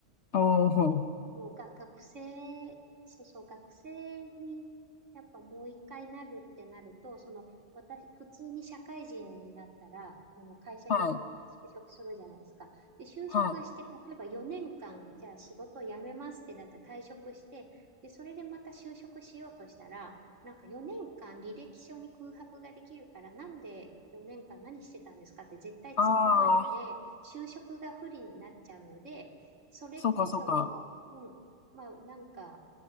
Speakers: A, on the right; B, on the left.
A: あの、
B: おお、
A: もうが、学生、そうそう、学生に、やっぱもう一回なるってなると、その、私、普通に社会人になったら、あの、会社に就職するじゃないですか。
B: はい、
A: で、就職して、
B: はい。
A: 例えば4年間、じゃあ仕事を辞めますってなって退職して、で、それでまた就職しようとしたら、なんか4年間履歴書に空白ができるから、なんで4年間何してたんですかって絶対突っ込まれて、
B: ああ、
A: 就職が不利になっちゃうので、それってその、
B: そうか、そうか。
A: うん、まあなんか